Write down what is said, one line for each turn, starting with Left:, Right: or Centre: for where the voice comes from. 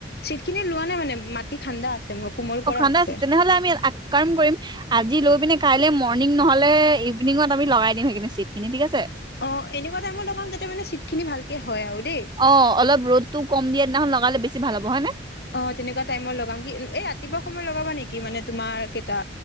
Left: চিট খিনি লোৱা নাই মানে মাটিঠা্ণ্ডা আছে। উম কোমল
Right: অ
Left: কৰা
Right: ঠাণ্ডা
Left: আছে।
Right: তেনেহ'লে আমি এক কাম কৰিম, আজি লৈ পিনে কাইলে মৰ্ণিং নহলে ইভিনিঙত আমি লগাই দিম সেইখিনি চিট খিনি ঠিক আছে?
Left: অ এনেকুৱা টাইমৰ লগাম যাতে মানে চিট খিনি ভালকে হয়। আৰু দেই
Right: অ অলপ ৰ'দতো কম দিয়া দিনাখন লগালে বেছি ভাল হব, হয় নে?
Left: অ তেনেকুৱা টাইমত লগাম কি এই ৰাতিপুৱা সময় লগাবা নেকি, মানে তোমাৰ কেইটা